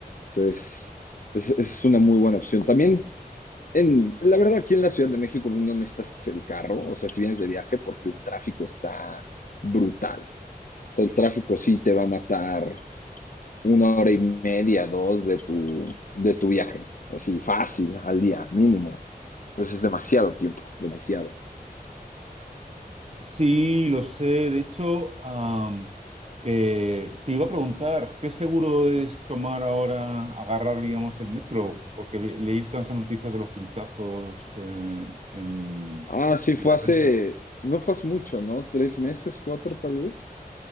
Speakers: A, on the left; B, on the right.
A: Entonces, es, es, es una muy buena opción. También En, la verdad, aquí en la Ciudad de México no necesitas el carro, o sea, si vienes de viaje, porque el tráfico está brutal. O sea, el tráfico sí te va a matar una hora y media, dos de tu, de tu viaje, así fácil al día, mínimo. Entonces es demasiado tiempo, demasiado.
B: Sí, lo sé. De hecho, am, eh, te iba a preguntar, ¿qué seguro es tomar ahora, agarrar, digamos, el metro? Porque vi- leí todas esas noticias de los pinchazos eh, en
A: Ah, sí, fue
B: la
A: hace,
B: prensa.
A: no fue hace mucho, ¿no? Tres meses, cuatro tal vez.